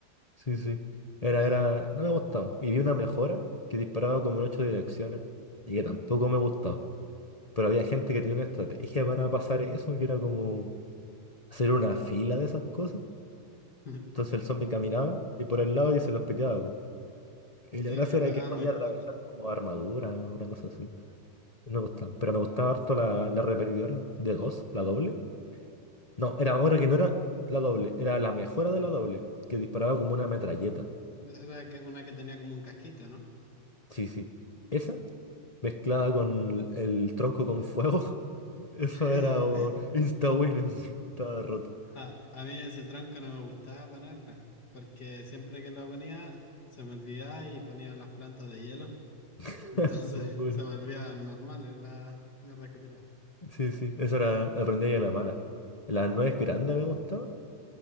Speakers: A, on the left; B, on the left.
A: Sí, sí. Era,
B: Sí.
A: era... No me gustaba. Y vi una mejora que disparaba como en ocho direcciones. Y que tampoco me gustaba. Pero había gente que tenía una estrategia para pasar eso, que era como hacer una fila de esas cosas.
B: <laughs>
A: Entonces el zombie caminaba y por el lado y se los piteaba, po. Y
B: Sí,
A: la gracia
B: pero
A: era
B: pagaba
A: que podía
B: muy poco.
A: atravesar como armadura, una cosa así. No me gustaba. Pero me gustaba harto la, la repetidora de dos, la doble. No, era ahora que no era la doble, era la mejora de la doble, que disparaba como una metralleta.
B: Era que una que tenía como un casquito, ¿no?
A: Sí, sí. Esa, mezclada con el tronco con fuego, <laughs> eso
B: <laughs>
A: era como insta-win, <laughs> así, estaba roto.
B: Ah, a mí ese tranco no me gustaba ponerla, porque siempre que la ponía se me olvidaba y ponía las plantas de hielo,
A: <laughs>
B: entonces
A: Mongolia.
B: <laughs> se volvían normales las mierdas que tiraba.
A: Sí, sí, eso era, aprendí a la mala. La nuez grande me gustaba,